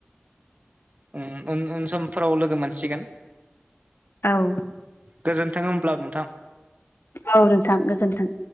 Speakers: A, on the right; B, on the left.
A: उम उन समफोराव लोगो मोनसिगोन।
B: औ
A: गोजोनथों होमब्ला नोंथां।
B: औ नोंथां गोजोन्थों।